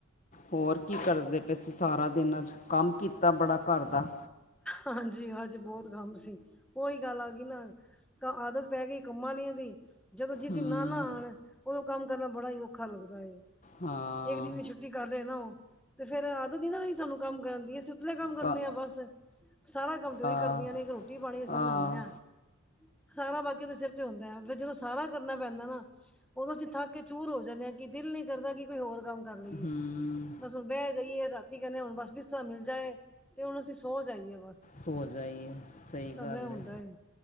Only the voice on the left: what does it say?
ਹੋਰ ਕੀ ਕਰਦੇ ਪਏ ਸੀ ਸਾਰਾ ਦਿਨ ਅੱਜ ਕੰਮ ਕੀਤਾ ਬੜਾ ਘਰ ਦਾ।
ਹੂੰ
ਹਾਂ
ਕ
ਆ
ਆ
ਹੂੰ
ਸੋਂ ਜਾਈਏ ਆ ਸਹੀ
ਗੱਲ
ਹੈ।